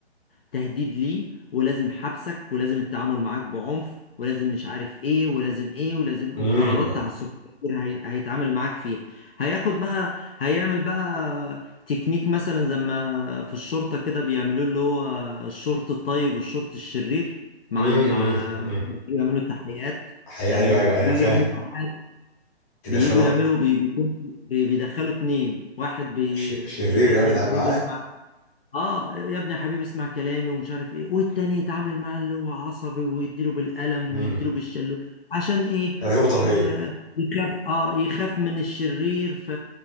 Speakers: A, on the left (about 60°); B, on the left (about 20°).
A: تهديد ليه ولازم حبسك ولازم التعامل معاك بعنف ولازم مش عارف ايه ولازم ايه ولازم
B: امم
A: وقرارات تعسفيه كتير هي... هيتعامل معاك فيه هياخد بقى هيعمل بقى تكنيك مثلا زي ما في الشرطة كده بيعملوه اللي هو الشرط الطيب والشرط الشرير مع
B: امم
A: ال... مع
B: امم
A: مع- بيعملوا تحقيقات
B: حقيقة
A: يعني
B: ايوه
A: لما
B: ايوه ايوه
A: بييجوا
B: فاهم
A: يعملوا تحقيقات
B: يدخلوا
A: بييجوا يعملوا بي... بيكون بي... بيدخلوا اتنين واحد بي...
B: ش- شرير
A: يا ابني
B: قوي يتعامل
A: الحميد
B: معاه
A: اسمع اه يا ابني يا حبيبي اسمع كلامي ومش عارف ايه والتاني يتعامل معاه اللي هو عصبي ويديله بالقلم
B: امم
A: ويديله بالشلو عشان ايه
B: ترغيب وترهيب
A: آه يخاف اه يخاف من الشرير ف